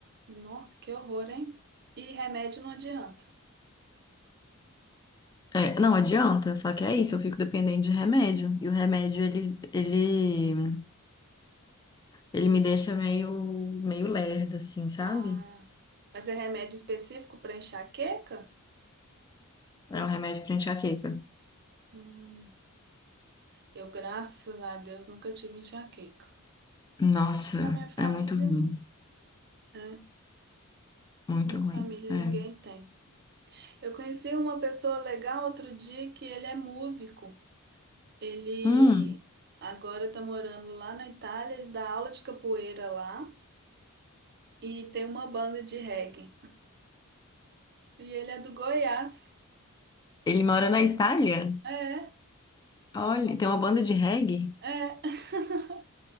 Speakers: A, on the right; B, on the left.
A: Nó, que horror, hein? E remédio não adianta.
B: É, não adianta, só que é isso, eu fico dependente de remédio. E o remédio, ele, ele, ele me deixa meio, meio lerda, assim, sabe?
A: Ah, mas é remédio específico para enxaqueca?
B: É um remédio pra enxaqueca.
A: Hum, eu, graças a Deus, nunca tive enxaqueca.
B: Nossa,
A: Acho que na minha família,
B: é muito ruim,
A: é,
B: muito
A: minha
B: ruim.
A: família
B: É.
A: ninguém tem. Eu conheci uma pessoa legal outro dia que ele é músico. Ele
B: Hum,
A: agora tá morando lá na Itália, ele dá aula de capoeira lá e tem uma banda de reggae. E ele é do Goiás.
B: ele mora na Itália?
A: É.
B: Olha, tem uma banda de reggae?
A: É. <laughs>